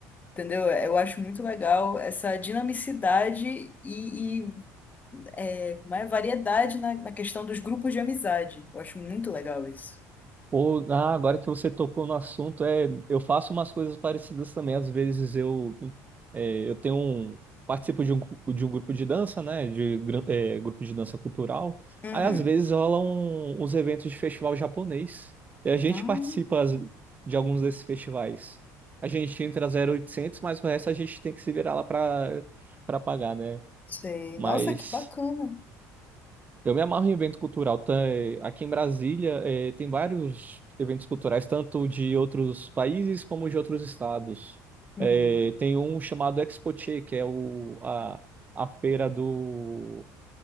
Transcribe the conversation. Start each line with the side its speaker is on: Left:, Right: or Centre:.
Left: entendeu? Eu acho muito legal essa dinamicidade e, e é, como é, variedade na, na questão dos grupos de amizade. Eu acho muito legal isso.
Right: Ou, ah, agora que você tocou no assunto, é, eu faço umas coisas parecidas também. Às vezes eu, é, eu tenho um, participo de um, gru- de um grupo de dança, né? De gru- é, grupo de dança cultural.
Left: Uhum.
Right: Aí às vezes rolam uns eventos de festival japonês. E a gente
Left: Ah,
Right: participa as- de alguns desses festivais. A gente entra zero oitocentos, mas o resto a gente tem que se virar lá para para pagar, né?
Left: sei.
Right: Mas
Left: Nossa, que bacana.
Right: eu me amarro em evento cultural. Tá, eh, Aqui em Brasília, eh, tem vários eventos culturais, tanto de outros países como de outros estados.
Left: Hum,
Right: Eh, tem um chamado Expoche, que é o, a, a feira do,